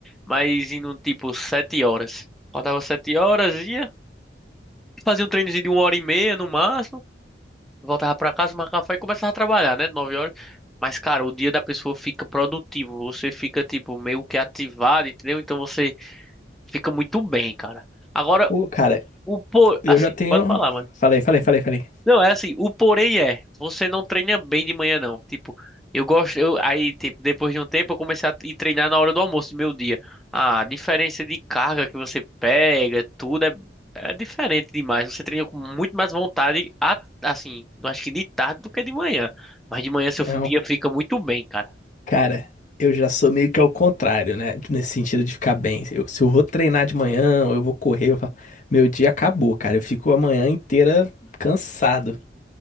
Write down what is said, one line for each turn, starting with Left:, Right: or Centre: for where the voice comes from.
Centre: Mas indo tipo sete horas. Faltava sete horas, ia, fazia um treinozinho de uma hora e meia no máximo, voltava pra casa, tomava café e começava a trabalhar, né? Nove horas. Mas, cara, o dia da pessoa fica produtivo, você fica, tipo, meio que ativado, entendeu? Então você fica muito bem, cara. Agora,
Left: Pô, cara,
Centre: o, po-
Left: eu
Centre: assim,
Left: já tenho.
Centre: pode falar, mano.
Left: Falei, falei, falei, falei.
Centre: Não, é assim, o porém é, você não treina bem de manhã não. Tipo, eu gosto, eu aí tipo, depois de um tempo eu comecei a ir treinar na hora do almoço do meu dia. A diferença de carga que você pega, tudo é, é diferente demais. Você treina com muito mais vontade, a- assim, eu acho que de tarde do que de manhã. Mas de manhã seu
Left: É,
Centre: dia fica muito bem, cara.
Left: Cara, eu já sou meio que ao contrário, né? Nesse sentido de ficar bem. Eu- se eu vou treinar de manhã, ou eu vou correr, eu falo, meu dia acabou, cara. Eu fico a manhã inteira cansado.